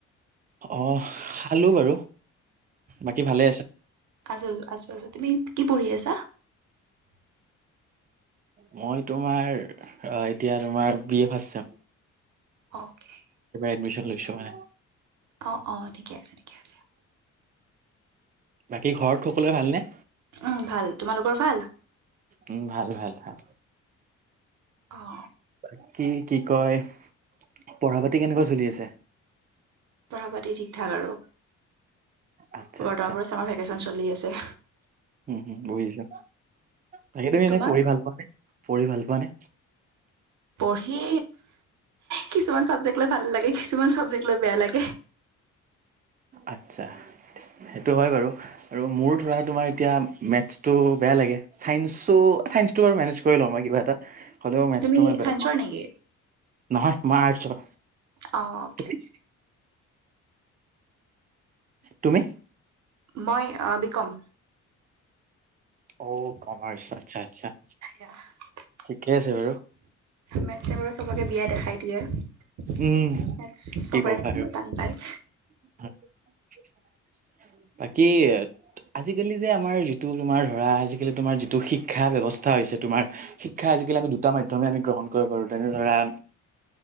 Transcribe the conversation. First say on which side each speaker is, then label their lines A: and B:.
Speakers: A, on the right; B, on the right.
A: অহ খালো বাৰু, বাকী ভালে আছা?
B: আজোল আছো আছো, তুমি কি পঢ়ি আছা? <inaudible>
A: মই তোমাৰ আ এতিয়া তোমাৰ B A first sem.
B: Okay,
A: admission লৈছোঁ মানে
B: অ অ, ঠিকে আছে ঠিকে আছে।
A: বাকী ঘৰত সকলোৱে ভালনে?
B: উম ভাল, তোমালোকৰ ভাল?
A: উম, ভাল ভাল ভাল।
B: অহ।
A: বাকী কি কয়? পঢ়া - পাতি কেনেকুৱা চলি আছে?
B: পঢ়া - পাতি ঠিক ঠাক আৰু
A: আচ্ছা
B: বৰ্তমানত
A: আচ্ছা
B: চামাৰ ভেকেচন চলি আছে।
A: উম হুম পঢ়িছে। বাকী তুমি
B: তোমাৰ?
A: এনে পঢ়ি ভাল পোৱা নে পঢ়ি ভাল পোৱা নে?
B: পঢ়ি, কিছুমান চাবজেক্ট লৈ ভাল লাগে কিছুমান চাবজেক্ট লৈ বেয়া লাগে।
A: আচ্ছা, সেইটো হয় বাৰু। আৰু মোৰ ধৰা তোমাৰ এতিয়া মেথছটো বেয়া লাগে। ছাইনছো, ছাইন্সটো বাৰু মেনেজ কৰি লওঁ মই কিবা এটা। হ'লেও মেথছটো
B: তুমি
A: মই বেয়া
B: ছাইন্সৰ
A: পাওঁ
B: নেকি?
A: নহয়, মই আৰ্টছৰ।
B: অঁ, অ'কে
A: তুমি
B: অ'কে।
A: তুমি?
B: মই আ বি কম।
A: অ কমাৰ্চ, আচ্ছা আচ্ছা।
B: <inaudible>
A: ঠিকে আছে বাৰু।
B: মেটচে বাৰু চবকে বিয়া দেখাই দিয়ে। মেটছ
A: উম
B: চবৰে
A: কি ক'বা আৰু
B: টান পায়।
A: <unintelligible> বাকী আজিকালি যে আমাৰ যিটো তোমাৰ ধৰা আজিকালি তোমাৰ যিটো শিক্ষা ব্যৱস্থা হৈছে তোমাৰ শিক্ষা আজিকালি আমি দুটা মাধ্যমে আমি গ্ৰহণ কৰিব পাৰো, তেনে ধৰা